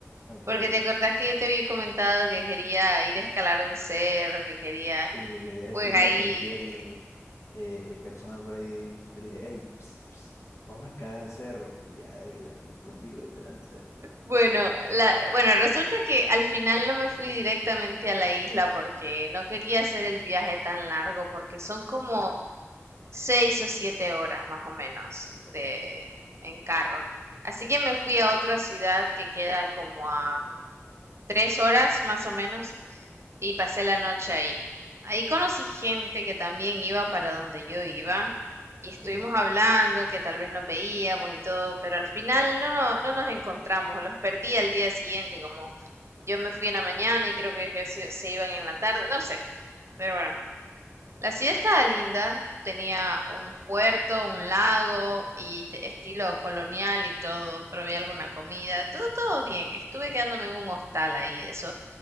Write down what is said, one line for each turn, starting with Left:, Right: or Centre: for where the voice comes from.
Left: ok.
Right: Porque te acordás que yo te había comentado que quería ir a escalar un cerro, que quería,
Left: Sí, que quería decirle
Right: pues ahí,
Left: a cualquier eh, persona por ahí, yo le dije, hey, ps, ps, vamos a escalar el cerro. Y ya iba a ir contigo a escalar el cerro.
Right: bueno, la, bueno, resulta que al final no me fui directamente a la isla porque no quería hacer el viaje tan largo, porque son como seis o siete horas más o menos de, en carro. Así que me fui a otra ciudad que queda como a tres horas más o menos y pasé la noche ahí. Ahí conocí gente que también iba para donde yo iba y estuvimos
Left: Ok,
Right: hablando que tal vez nos veíamos y todo, pero al final no, no, no nos encontramos, los perdí al día siguiente, como yo me fui en la mañana y creo que ellos se se iban en la tarde, no sé, pero bueno, la ciudad estaba linda, tenía un puerto, un lago y te- estilo colonial y todo. Probé alguna comida, todo, todo bien. Estuve quedándome en un hostal ahí de eso.